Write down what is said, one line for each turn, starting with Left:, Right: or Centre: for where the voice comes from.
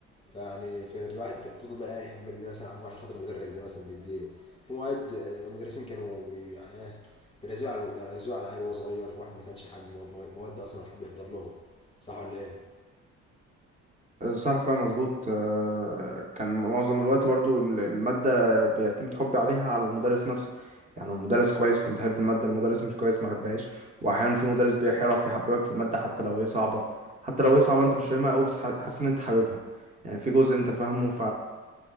Left: فيعني فكانت الواحد فضل بقى يحب الماده دي مثلا عشان خاطر المدرس ده مثلا بيديله في مواد آه، مدرسين كانوا بي يعني ايه بيرزقوا على بيرزقوا على العيل وهو صغير في واحد ما كانش حابب مو- مو- مواد اصلا ولا حابب يحضر لهم صح ولا ايه؟
Right: صح فاهم مظبوط آه، كان معظم الوقت برضو ال- المادة بيعتمد حبي عليها على المدرس نفسه يعني المدرس كويس كنت أحب المادة المدرس مش كويس ما أحبهاش وأحيانا في مدرس بيعرف يحببك في المادة حتى لو هي صعبة حتى لو هي صعبة أنت مش فاهمها أوي بس ح- حاسس إن أنت حاببها يعني في جزء أنت فاهمه